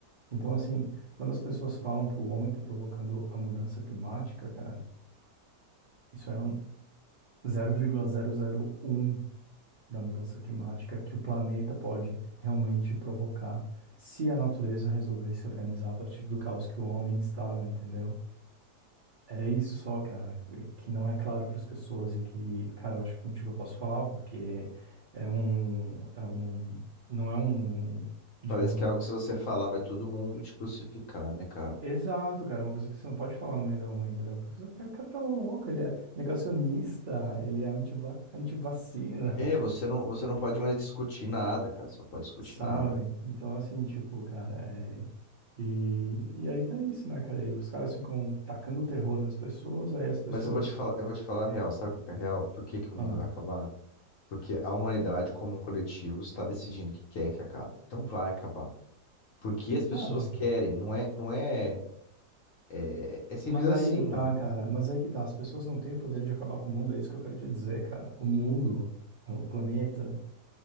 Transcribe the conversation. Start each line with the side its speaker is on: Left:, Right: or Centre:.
Right: Então, assim, quando as pessoas falam que o homem tá provocando a mudança climática, cara, isso é um zero vírgula zero zero vírgula um da mudança climática que o planeta pode realmente provocar se a natureza resolver se organizar a partir do caos que o homem instala, entendeu? Era isso só, cara, que não é claro para as pessoas e que, cara, eu acho que contigo eu posso falar porque é um, é um, não é um, digamos,
Left: Parece que
Right: uma.
Left: é algo que se você falar vai todo mundo te crucificar, né, cara?
Right: Exato, cara, é uma coisa que você não pode falar no meio da rua, entendeu? Porque o cara tá louco, ele é negacionista, ele é antiva, antivacina.
Left: É, você não, você não pode mais discutir nada, cara. Você não pode discutir
Right: Sabe?
Left: nada.
Right: Então, assim, tipo, cara, é... E, e aí tá isso, né, cara? E os caras ficam tacando o terror nas pessoas, aí as pessoas.
Left: Mas eu vou te falar, eu vou te falar a real. Sabe o que é real? Por que que o mundo
Right: Ah,
Left: vai acabar? Porque a humanidade, como um coletivo, está decidindo que quer que acabe. Então vai acabar. Porque as pessoas
Right: cara,
Left: querem, não é, não é, é, é simples
Right: mas
Left: assim.
Right: aí que tá, cara. Mas aí que tá. As pessoas não têm o poder de acabar com o mundo, é isso que eu quero te dizer, cara. O mundo, ah, o planeta,